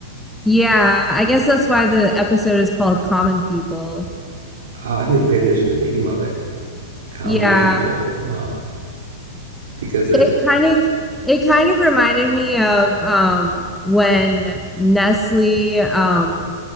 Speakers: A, in the centre; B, on the right.
A: yeah, I guess that's why the episode is called Common People.
B: Oh, I didn't even pay attention to the name of it. common
A: Yeah.
B: people, uh, because that
A: It kind of it kind of reminded me of um when Nestle um